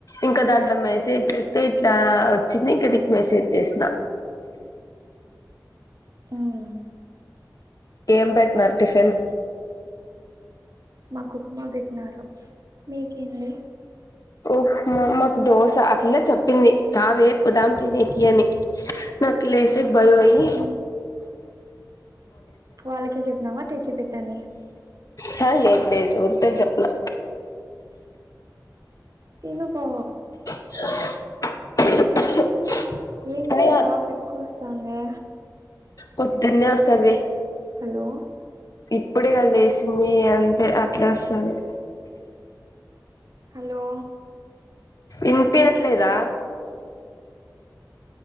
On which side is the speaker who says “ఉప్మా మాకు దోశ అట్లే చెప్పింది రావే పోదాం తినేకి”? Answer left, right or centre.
Left